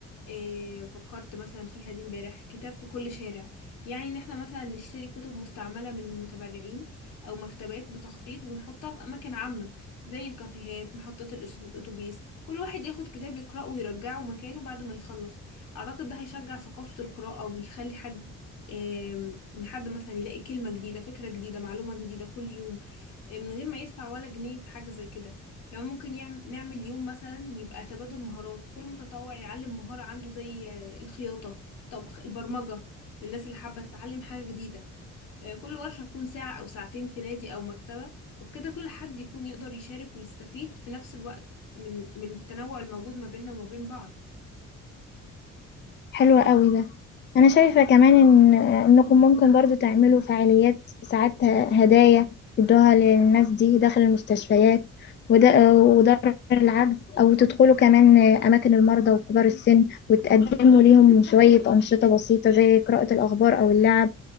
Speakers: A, on the left (about 85°); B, on the left (about 35°).
A: إيه فكرت مثلا فيها دي امبارح كتاب في كل شارع يعني ان احنا مثلا نشتري كتب مستعملة من متبرعين او مكتبات بتخفيض ونحطها في اماكن عامة زي الكافيهات محطات الأس- الاتوبيس كل واحد ياخد كتاب يقرأه ويرجعه مكانه بعد ما يخلص اعتقد ده هيشجع ثقافة القراءة ويخلي حد إيه، ان حد مثلا يلاقي كلمة جديدة فكرة جديدة معلومة جديدة كل يوم آه، من غير ما يدفع ولا جنيه في حاجة زي كده كمان ممكن يعم- نعمل يوم مثلا يبقى تبادل مهارات كل متطوع يعلم مهارة عنده زي آه، الخياطة طبخ البرمجة للناس اللي حابة تتعلم حاجة جديدة آه، كل ورشة تكون ساعة أو ساعتين في نادي أو مكتبة وبكده كل حد يكون يقدر يشارك ويستفيد في نفس الوقت من من التنوع الموجود ما بيننا وما بين بعض
B: حلو قوي ده انا شايفة كمان ان انكم ممكن برضو تعملوا فعاليات ساعات هدايا تدوها للناس دي داخل المستشفيات وده ودار العجز او تدخلوا كمان اماكن المرضى وكبار السن وتقدموا ليهم شوية انشطة بسيطة زي قراءة الاخبار او اللعب